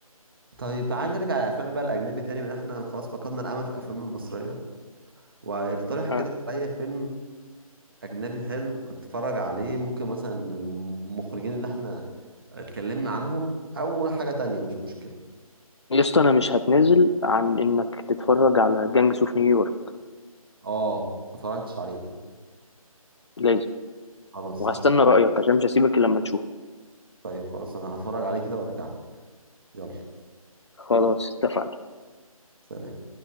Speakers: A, on the right; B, on the left.
A: طيب تعال نرجع للافلام بقى الاجنبي تاني من احنا خلاص فقدنا الامل في الافلام المصريه واقترح
B: اه
A: كده عليا فيلم اجنبي حلو اتفرج عليه ممكن مثلا المخرجين اللي احنا اتكلمنا عنهم او حاجه تانية مش مشكله
B: يا اسطى انا مش هتنازل عن انك تتفرج على جانجس اوف نيويورك
A: اه ما اتفرجتش عليه ده
B: لازم
A: خلاص
B: وهستنى
A: هشوف
B: رايك عشان مش هسيبك إلا لما تشوفه
A: طيب خلاص انا هتفرج عليه كده وارجع لك يلا
B: خلاص اتفقنا
A: سلام